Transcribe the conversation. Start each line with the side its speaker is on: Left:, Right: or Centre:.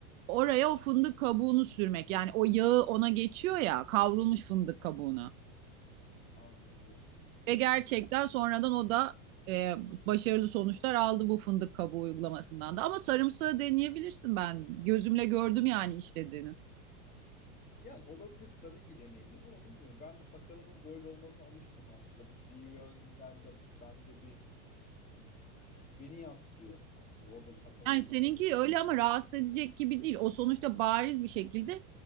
Right: Oraya o fındık kabuğunu sürmek. Yani o yağı ona geçiyor ya kavrulmuş fındık kabuğuna.
Left: Anladım.
Right: Ve gerçekten sonradan o da e, başarılı sonuçlar aldı bu fındık kabuğu uygulamasından da. Ama sarımsağı deneyebilirsin ben. Gözümle gördüm yani işlediğini.
Left: Yani olabilir tabii ki deneyebilirim ama bilmiyorum. Ben de sakalımın böyle olmasına alıştım aslında. Bir yönden de bende bir hani <laughs> beni yansıtıyor aslında. Orada bir sakalın
Right: Yani
Left: çıkması.
Right: seninki öyle ama rahatsız edecek gibi değil. O sonuçta bariz bir şekilde